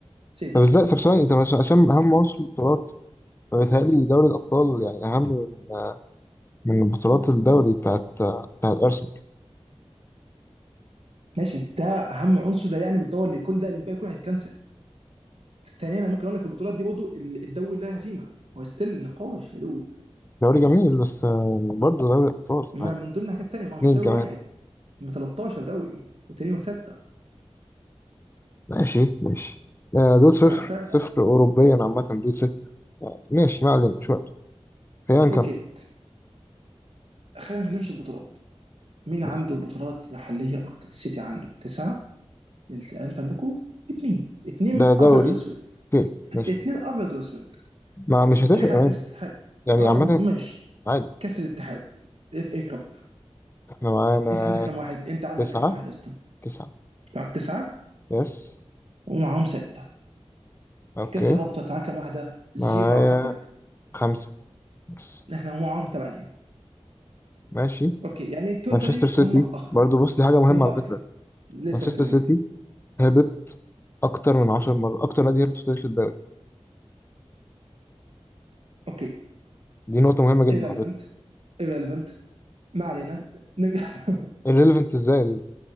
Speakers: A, on the right; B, on the left.
A: سيتي
B: طب ازاي طب ثواني طب عشان عشان أهم عنصر البطولات فبيتهيألي دوري الأبطال يعني أهم من من بطولات الدوري بتاعت بتاعت أرسنال
A: ماشي ده اهم عنصر لا يعني بالدور اللي يكون ده الباقي كله هيتكنسل ثانيا انا ممكن اقول لك في البطولات دي برضه ال- الدوري لا هزيمه هو ستيل نقاش يا دود
B: دوري جميل بس آه، برضه دوري الأبطال
A: ما
B: يعني
A: من ضمن حاجات تانيه ما هو مش
B: اتنين
A: دوري
B: كمان
A: واحد من 13 دوري والتاني من سته
B: ماشي ماشي آه، دول صفر
A: ما فاهم
B: صفر أوروبيا عامة دول ستة آه، ماشي ما علينا مش وقته خلينا نكمل
A: اوكي خلينا نمشي البطولات مين عنده
B: ماشي.
A: بطولات محليه اكتر السيتي عنده تسعه الت- انت عندكم اثنين اثنين
B: ده
A: ابيض
B: دوري
A: واسود
B: اوكي ماشي
A: اثنين ابيض واسود
B: ما مش
A: اتحاد
B: هتفرق يعني
A: كاس الاتحاد
B: يعني
A: اه
B: عامة
A: ماشي
B: عادي
A: كاس الاتحاد اف اي كاب
B: احنا معانا
A: انت عندك كام واحد انت عندك
B: تسعة
A: كام واحد يا اسطى
B: تسعة
A: معاك تسعه
B: يس
A: ومعاهم سته
B: اوكي
A: كاس الرابطه تعاكم واحده زيرو
B: معايا
A: اعتقد
B: خمسة يس
A: احنا هم معاهم ثمانيه
B: ماشي
A: اوكي يعني توتالي
B: مانشستر سيتي
A: هم اكتر
B: برضو بص دي حاجة مهمة
A: هم
B: على
A: اكتر
B: فكرة
A: listen
B: مانشستر
A: to me
B: سيتي هبط أكتر من عشر مرات أكتر نادي هبط في تاريخ الدوري
A: اوكي
B: دي نقطة مهمة جدا
A: irrelevant
B: على فكرة
A: irrelevant ما علينا نرجع
B: irrelevant ازاي